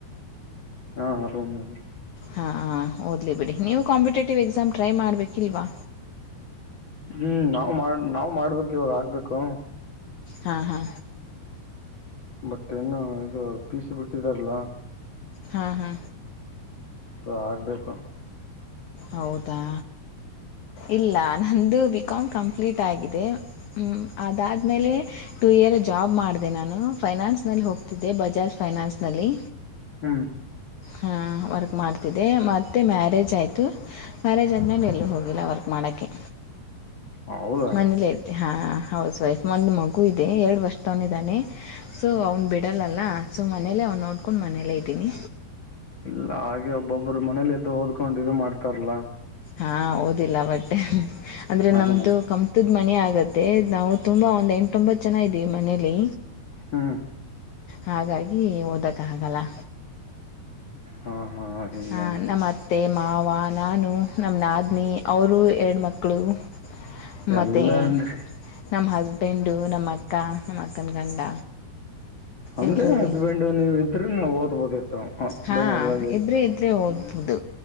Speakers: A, on the left (about 55°); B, on the left (about 80°).
A: ಹಾ ಹಾ ರೂಮ್ನಲ್ಲಿ
B: ಹಾ ಹಾ ಓದ್ಲಿ ಬಿಡಿ ನೀವು ಕಾಂಪಿಟೇಟಿವ್ ಎಕ್ಸಾಮ್ ಟ್ರೈ ಮಾಡ್ಬೇಕಿಲ್ವಾ.
A: ಹ್ಮ್ ನಾವ್ ಮಾಡ ನಾವ ಮಾಡ್ಬೇಕು ಇವಾಗ ಆಗ್ಬೇಕು.
B: ಹಾ ಹಾ
A: ಬಟ್ ಏನು ಇದು ಪಿ ಸಿ ಬಿಟ್ಟಿದಾರಲ್ಲ.
B: ಹಾ ಹಾ
A: ಹ ಆಗಬೇಕು.
B: ಹೌದಾ ಇಲ್ಲ ನಂದು ಬಿ ಕಾಮ್ ಕಂಪ್ಲೀಟ್ ಆಗಿದೆ. ಹು ಅದಾದ್ಮೇಲೆ ಟೂ ಇಯರ್ ಜಾಬ್ ಮಾಡಿದೆ ನಾನು. ಫೈನಾನ್ಸ್ನಲ್ಲಿ ಹೋಗ್ತಿದ್ದೆ ಬಜಾಜ್ ಫೈನಾನ್ಸ್ನಲ್ಲಿ.
A: ಹ್ಮ್
B: ಹಾ ವರ್ಕ್ ಮಾಡ್ತಿದ್ದಿದೆ ಮತ್ತು ಮ್ಯಾರೇಜ್ ಆಯಿತು. ಮ್ಯಾರೇಜ್ ಆದ್ಮೇಲೆ ಎಲ್ಲ ಹೋಗಿಲ್ಲ ವರ್ಕ್ ಮಾಡೋಕ್ಕೆ
A: ಹೌದಾ
B: ಮನೇಲೆ ಹಾ ಹೌಸ್ ವೈಫ್ ಒಂದು ಮಗು ಇದೆ ಎರಡು ವರ್ಷದವನಿದ್ದಾನೆ ಸೊ ಅವ್ನು ಬಿಡಲ್ಲಲ್ಲ ಸೊ ಮನೆಯಲ್ಲೇ ಅವ್ ನೋಡ್ಕೊಂಡು ಮನೆಯಲ್ಲೇ ಇದ್ದೀನಿ.
A: ಇಲ್ಲ ಹಾಗೆ ಒಬ್ಬೊಬ್ಬರು ಮನೇಲಿ ಎದ್ದು ಓದ್ಕೊಂಡ್ ಇದು ಮಾಡ್ತಾರಲ್ಲಾ.
B: ಹಾ ಓದಿಲ್ಲ ಬಟ್ ಅಂದ್ರೆ
A: ಹಂಗ
B: ನಮ್ದು ಕಂಪಾನಿ. ಹದ್ ಮನ ಆಗತ್ತೆ ನಾವು ತುಂಬಾ ಒಂದ್ ಎಂಟು ತೊಂಬತ್ ಜನ ಇದೀವಿ ಮನೇಲಿ.
A: ಹ್ಮ್
B: ಹಾಗಾಗಿ ಓದೋಕ್ಕೆ ಹಾಗಲ್ಲ.
A: ಹಾ ಹಾ ಈಗ
B: ಹ ನಮ್ಮ ಅತ್ತೆ ಮಾವ ನಾನು ನಮ್ಮ ನಾದನಿ ಅವರು ಎರಡು ಮಕ್ಕಳು. ಮಕ್ಕಳು ಮತ್ತೆ.
A: ಎಲ್ಲ ಅಂದ್ರೆ
B: ನಮ್ಮ ಹಸ್ಬೆಂಡು ನಮ್ಮ ಅಕ್ಕ ನಮ್ಮ ಅಕ್ಕನ ಗಂಡ.
A: ಅಂದ್ರೆ
B: ಎಲ್ರು ಇದೀವಿ
A: ಹಸ್ಬೆಂಡ್ ನೀವ್ ಇದ್ರೆ ನಾವ್ ಓದ್ಬೋದಿತ್ತು
B: ಹಾ
A: ಬೆಂಗ್ಳೂರ್ದಾಗೆ
B: ಇಬ್ರ ಇದ ಹೌದು